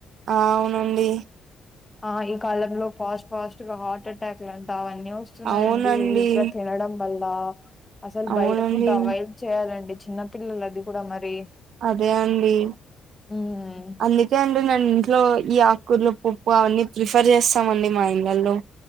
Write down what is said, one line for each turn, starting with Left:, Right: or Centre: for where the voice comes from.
Right: ఆ అవునండి
Left: ఆ ఈ కాలంలో ఫాస్ట్ ఫాస్ట్ గా హార్ట్ అటాక్ లాంటవని వస్తున్నాయండి
Right: అవునండి
Left: ఇట్లా తినడం వల్ల అసలు
Right: అవునండి
Left: బయట ఫుడ్ అవాయిడ్ చేయాలండి చిన్న పిల్లల అది కూడా మరి
Right: అదే అండి
Left: హ్మ్.
Right: అందుకే అండి నేను ఇంట్లో ఈ ఆకుర్లు పప్పు అవన్నీ ప్రిఫర్ చేస్తామండి మా ఇండ్లల్లో